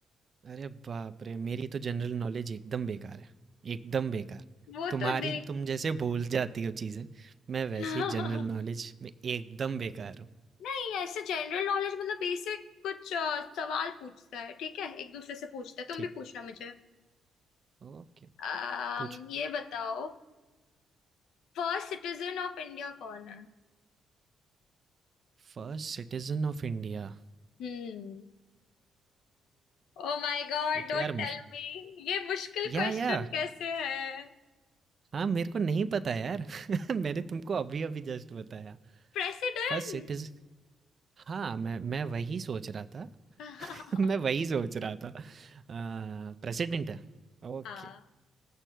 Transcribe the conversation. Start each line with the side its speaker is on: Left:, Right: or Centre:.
Right: अरे बाप रे मेरी तो जनरल नॉलेज एकदम बेकार है एकदम बेकार
Left: वो
Right: तुम्हारी
Left: तो देख
Right: तुम जैसे भूल जाती हो चीज़ें मैं वैसे
Left: <laughs>
Right: ही जनरल नॉलेज में एकदम बेकार हूँ
Left: नहीं ऐसे जनरल नॉलेज मतलब बेसिक कुछ अ, सवाल पूछता है ठीक है एक दूसरे से पूछता है तुम
Right: ठीक
Left: भी पूछना मुझे
Right: ओके
Left: अम,
Right: पूछो
Left: ये बताओ फर्स्ट सिटीजन ऑफ इंडिया कौन है
Right: First citizen of India
Left: हम्म Oh my god
Right: ये
Left: don't
Right: तो यार मुश्किल
Left: tell me ये मुश्किल
Right: या
Left: क्वेश्चन
Right: या
Left: कैसे है
Right: हाँ, मेरे को नहीं पता यार <laughs> मैंने तुमको अभी-अभी जस्ट बताया।
Left: प्रेसिडेंट
Right: फर्स्ट सिटीज़ हाँ, मैं मैं वही सोच रहा था
Left: <laughs>
Right: <laughs> मैं वही सोच रहा था। अ, प्रेसिडेंट है? ओके।
Left: हाँ